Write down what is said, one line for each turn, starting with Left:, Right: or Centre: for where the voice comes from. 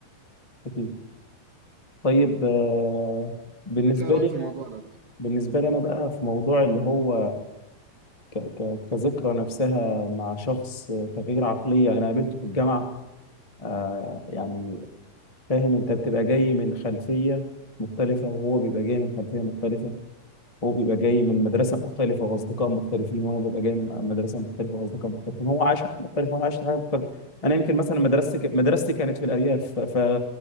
Left: اكيد طيب آه، بالنسبة
Right: انت ايه رايك
Left: لي
Right: في الموضوع ده طيب؟
Left: بالنسبة لي انا بقى في موضوع اللي هو ك- ك- كذكرى نفسها مع شخص تغيير عقلية أنا قابلته في الجامعة آه، يعني فاهم أنت بتبقى جاي من خلفية مختلفة وهو بيبقى جاي من خلفية مختلفة هو بيبقى جاي من مدرسة مختلفة وأصدقاء مختلفين وأنا ببقى جاي من مدرسة مختلفة وأصدقاء مختلفين هو عاش حاجة مختلفة وأنا عشت حاجة مختلفة أنا يمكن مثلا مدرستي ك- مدرستي كانت في الأرياف ف